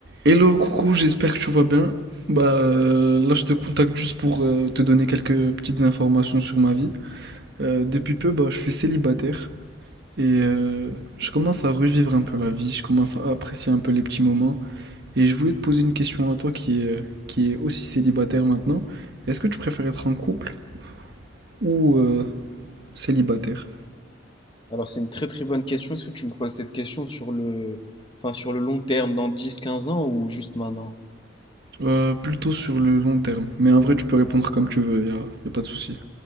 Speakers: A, on the right (about 55°); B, on the left (about 25°).
A: Hello, coucou, j'espère que tu vas bien. Bah, euh, là, je te contacte juste pour euh, te donner quelques petites informations sur ma vie. Euh,
B: Mhm.
A: depuis peu, bah, je suis célibataire et euh, je commence à revivre un peu la vie, je commence à apprécier un peu les petits moments. Et je voulais te poser une question à toi qui est, qui est aussi célibataire maintenant. Est-ce que tu préfères être en couple ou euh, célibataire?
B: Alors c'est une très très bonne question. Est-ce que tu me poses cette question sur le, enfin, sur le long terme, dans dix, quinze ans ou juste maintenant?
A: Euh, plutôt sur le long terme. Mais en vrai, tu peux répondre comme tu veux, y a, y a pas de souci.